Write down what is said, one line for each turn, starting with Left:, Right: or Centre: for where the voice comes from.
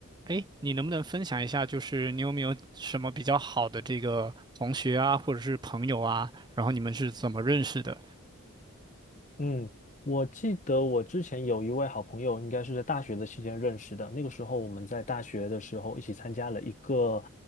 Right: 哎，你能不能分享一下，就是你有没有什么比较好的这个同学啊，或者是朋友啊，然后你们是怎么认识的？
Left: 嗯，我记得我之前有一位好朋友，应该是在大学的期间认识的。那个时候我们在大学的时候一起参加了一个，